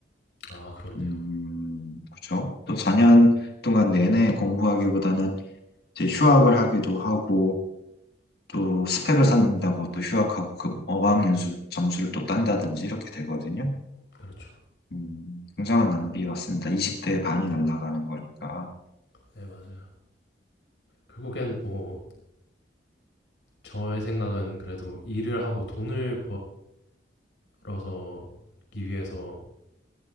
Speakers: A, on the left; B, on the left.
A: 아, 그렇네요.
B: 음, 그렇죠. 또 4년 동안 내내 공부하기보다는 이제 휴학을 하기도 하고 또 스펙을 쌓는다고 또 휴학하고 그 어학연수 점수를 또 딴다든지 이렇게 되거든요.
A: 그렇죠.
B: 음, 굉장한 낭비 같습니다. 20대의 반이 날아가는 거니까.
A: 네, 맞아요. 결국엔 뭐 저의 생각은 그래도 일을 하고 돈을 벌어서기 위해서